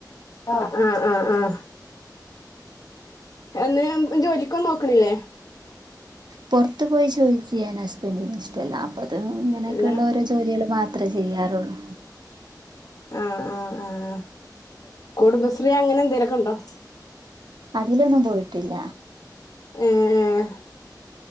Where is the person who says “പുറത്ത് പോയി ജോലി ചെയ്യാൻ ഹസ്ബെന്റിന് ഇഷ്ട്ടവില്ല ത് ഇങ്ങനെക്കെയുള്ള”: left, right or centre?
Right